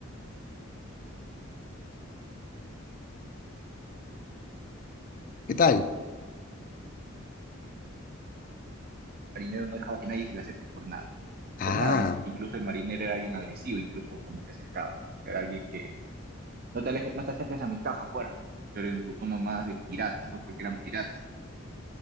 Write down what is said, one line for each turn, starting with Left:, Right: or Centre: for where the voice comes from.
Left: ¿Qué tal?
Right: marinero no dejaba que nadie se le acerque por nada.
Left: Ah.
Right: Por nada, in- incluso el marinero era alguien agresivo, incluso cuando se acercaban. O sea, era alguien que no te, alejes- no te acerques a mi caja fuera. Pero en su tono más de pirata, ¿no? Porque eran piratas.